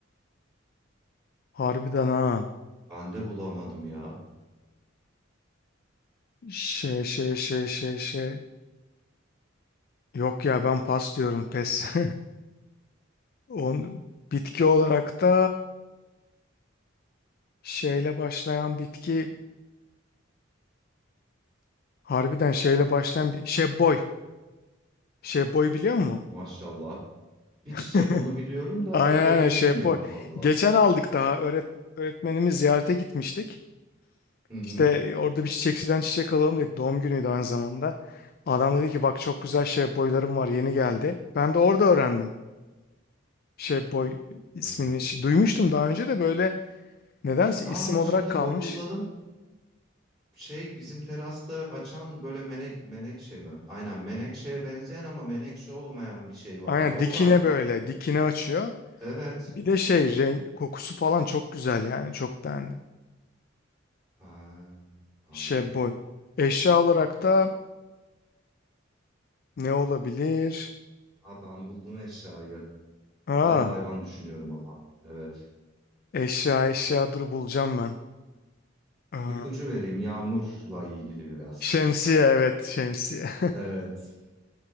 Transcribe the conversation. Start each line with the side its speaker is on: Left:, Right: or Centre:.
Left: harbiden ha
Right: Ben de bulamadım ya.
Left: şey şey şey şey şey yok ya ben pas diyorum pes <laughs> On, bitki olarak da şeyle başlayan bitki harbiden şeyle başlayan bir şey boy şey boy biliyor musun?
Right: Maşallah. Bir çiçek
Left: <laughs>
Right: onu biliyorum da
Left: Aynen
Right: detayını
Left: aynen şey
Right: bilmiyorum
Left: boy
Right: valla.
Left: geçen aldık daha öğret öğretmenimiz ziyarete gitmiştik
Right: Hı hı.
Left: İşte e, orada bir çiçekçiden çiçek alalım dedik. Doğum günüydü aynı zamanda. Adam dedi ki bak çok güzel şey boylarım var yeni geldi. Ben de orada öğrendim. Şey boy ismini
Right: Hmm.
Left: Şi- duymuştum daha önce de böyle nedense
Right: Aa
Left: isim olarak
Right: şimdi
Left: kalmış.
Right: Google'ladım. Şey bizim terasta açan böyle mene menekşe mi? Aynen menekşeye benzeyen ama menekşe olmayan bir şey vardı.
Left: Aynen
Right: O
Left: dikine
Right: galiba.
Left: böyle dikine açıyor.
Right: Evet.
Left: Bir de şey renk kokusu falan çok güzel yani çok beğendim.
Right: Ha, anladım.
Left: Şey boy. Eşya olarak da ne olabilir?
Right: Aa, ben buldum eşyayı.
Left: Aa
Right: Hala hayvan düşünüyorum ama. Evet.
Left: eşya eşya dur bulacağım ben. Aa,
Right: İpucu vereyim yağmurla ilgili biraz.
Left: şemsiye evet şemsiye.
Right: Evet.